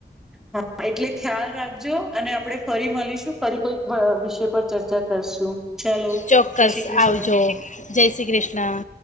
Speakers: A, in the centre; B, on the left.
A: હા, એટલે ખ્યાલ રાખજો, અને આપણે ફરી મળીશું ફરી, કોઈક વિષ પર ચર્ચા. કરશું ચાલો
B: ચોક્કસ
A: જય શ્રી કૃષ્ણ
B: આવજો, જય શ્રી કૃષ્ણ.